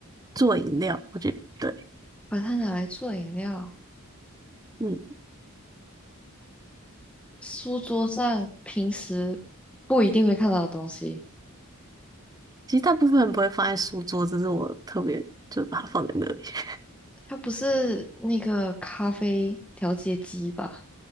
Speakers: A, on the right; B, in the centre.
A: 做饮料，我觉得对，
B: 把它拿来做饮料，
A: 嗯
B: 书桌上平时不一定会看到的东西。
A: 其实大部分人不会放在书桌，只是我特别就把它放在那里。<laughs>
B: 它不是那个咖啡调节机吧？